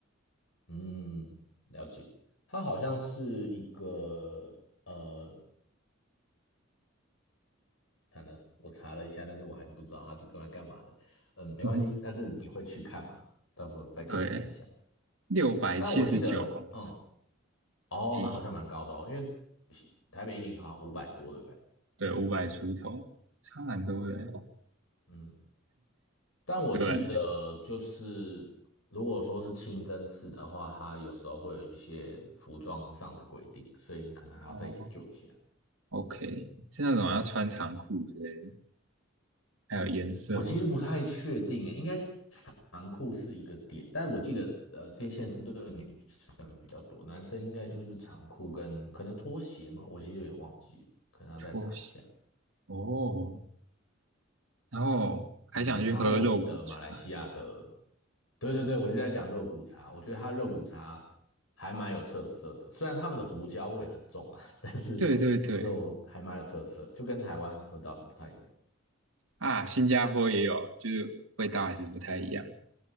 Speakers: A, on the left; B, on the right.
A: 嗯了解，它好像是一个呃，它呢我查了一下，但是我还是不知道它是用来干嘛的，嗯，没关系，
B: <laughs>
A: 但是你会去看嘛，到时候再跟我分享。
B: 对，六百七十九公尺，
A: 但我记得嗯哦，
B: 第
A: 那好像蛮高的哦，因为台北一零好像五百多，对不对？
B: 对五百出头，差蛮多的欸，
A: 嗯，但我记得，
B: 对，
A: 就是如果说是清真寺的话，它有时候会有一些服装上的规定，所以你可能还要再研究一下。
B: 哦，OK，是那种要穿长裤之类的，还有颜色
A: 我其实不太确定耶，应该长裤是一个点，但我记得，呃，这些限制对女生比较多，男生应该就是长裤跟可能拖鞋吗？我其实有点忘记了可能要再查一下。
B: 拖鞋哦，然后还想去喝肉骨茶，
A: 嗯，然后我记得马来西亚的，对对对，我就在讲肉骨茶，我觉得它肉骨茶还蛮有特色的，虽然他们的胡椒味很重啊，<laughs> 但是
B: 对对对，
A: 就还蛮有特色，就跟台湾喝到的不太一样。
B: 啊，新加坡也有，就是味道还是不太一样